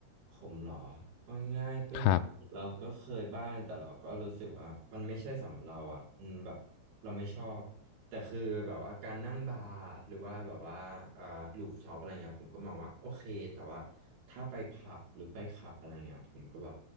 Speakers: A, on the right; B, on the left.
A: ผมเหรอเอาง่ายๆก็คือเราก็เคยบ้างแต่เราก็รู้สึกว่ามันไม่ใช่สำหรับเราอ่ะอืมแบบเราไม่ชอบแต่คือแบบว่าการนั่งบาร์หรือว่าแบบว่าเอ่อลูฟท็อปอะไรเงี้ยผมก็มองว่าโอเคแต่ว่า
B: ครับ
A: ถ้าไปผับหรือไปคลับอะไรเงี้ยผมก็แบบ